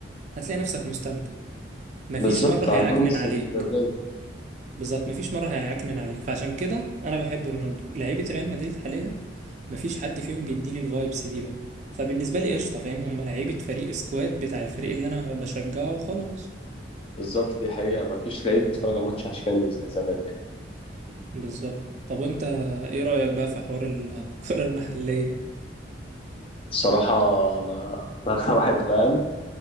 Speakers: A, on the right; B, on the left.
A: هتلاقي نفسك مستمتع مفيش
B: بالظبط
A: مرة هيعكنن
B: عندهم استمرارية
A: عليك بالظبط مفيش مرة هيعكنن عليك فعشان كده انا بحب رونالدو لعيبة ريال مدريد حاليا مفيش حد فيهم بيديني الفايبس دي بقى فبالنسبة لي قشطة فاهم هم لعيبة فريق سكواد بتاع الفريق اللي انا بشجعه وخلاص
B: بالظبط دي حقيقة ما فيش لعيب بتتفرج على الماتش عشانه زي زمان يعني
A: بالظبط طب وانت ايه رأيك بقى في حوار الكرة <laughs> المحلية
B: الصراحة أنا <laughs> أنا أكتر واحد فاهم